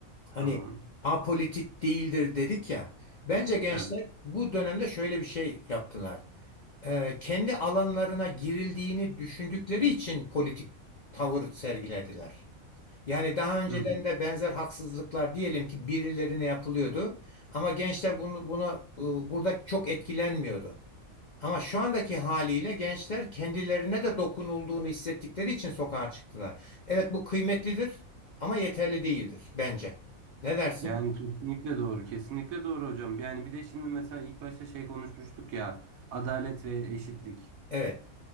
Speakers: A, on the left; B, on the right.
A: Hani
B: Tamam.
A: apolitik değildir dedik ya. Bence gençler
B: Evet.
A: bu dönemde şöyle bir şey yaptılar e, kendi alanlarına girildiğini düşündükleri için politik tavır sergilediler. Yani daha önceden
B: Hı.
A: de benzer haksızlıklar diyelim ki birilerine yapılıyordu ama gençler bunu buna e, burada çok etkilenmiyordu. Ama şu andaki haliyle gençler kendilerine de dokunulduğunu hissettikleri için sokağa çıktılar. Evet bu kıymetlidir ama yeterli değildir bence. Ne dersin?
B: Yani kesinlikle doğru. Kesinlikle doğru hocam. Yani bir de şimdi mesela ilk başta şey konuşmuştuk ya. Adalet ve eşitlik.
A: Evet.